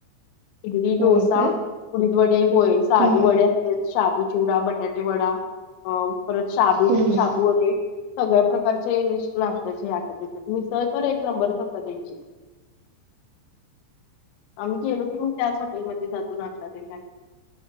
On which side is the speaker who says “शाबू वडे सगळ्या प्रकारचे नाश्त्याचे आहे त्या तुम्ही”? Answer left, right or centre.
Left